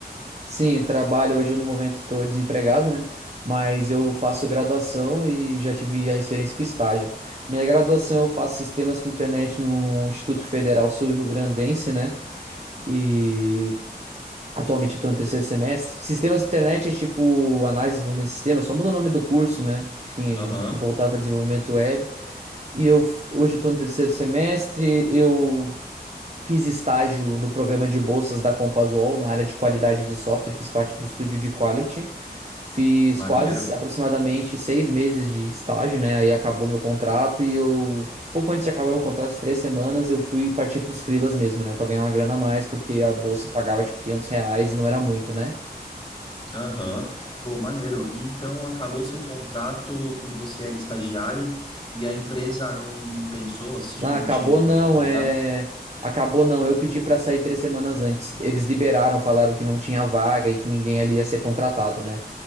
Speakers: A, on the right; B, on the left.
A: Sim, trabalho hoje eu, no momento estou desempregado, né? Mas eu faço graduação e já tive a experiência com estágio. Minha graduação eu faço sistemas com internet no Instituto Federal Sul-Rio-Grandense, né? E atualmente eu estou no terceiro semestre. Sistemas de internet é tipo análise e desenvolvimento de sistemas, só muda o nome do curso, né? Enfim,
B: Aham,
A: é voltado para desenvolvimento web. E eu f- hoje eu estou no terceiro semestre, eu Fiz estágio no programa de bolsas da Compasuol, na área de qualidade de software, fiz parte do estúdio de quality. Fiz
B: maneiro.
A: quase aproximadamente seis meses de estágio, né? Aí acabou meu contrato e eu, pouco antes de acabar meu contrato, de três semanas, eu fui partir para os freelas mesmo, né? Para ganhar uma grana a mais, porque a bolsa pagava tipo 500 reais e não era muito, né?
B: Aham, pô, maneiro. E Então acabou o seu contrato quando você era estagiário e a empresa não, não pensou assim em
A: Ah, acabou
B: te
A: não,
B: contratar?
A: é. Acabou não, eu pedi para sair três semanas antes. Eles liberaram, falaram que não tinha vaga e que ninguém ali ia ser contratado, né?